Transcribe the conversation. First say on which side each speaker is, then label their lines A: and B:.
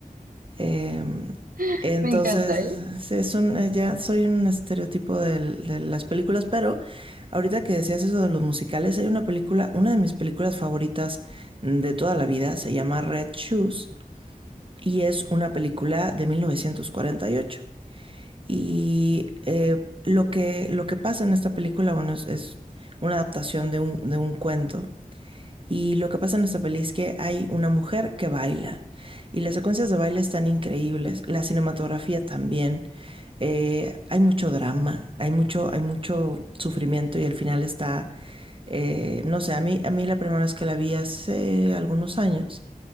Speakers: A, on the right; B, on the right.
A: Em,
B: <laughs>
A: entonces,
B: Me encanta, ¿eh?
A: sí, es un, eh, ya soy un estereotipo del- de las películas, pero ahorita que decías eso de los musicales, hay una película, una de mis películas favoritas de toda la vida, se llama Red Shoes y es una película de 1948. Y ocho. Y eh, lo, que, lo que pasa en esta película, bueno, es, es una adaptación de un, de un cuento y lo que pasa en esta peli es que hay una mujer que baila. Y las secuencias de baile están increíbles. La cinematografía también. Eh, hay mucho drama, hay mucho, hay mucho sufrimiento y al final está, eh, no sé, a mí, a mí la primera vez que la vi hace algunos años,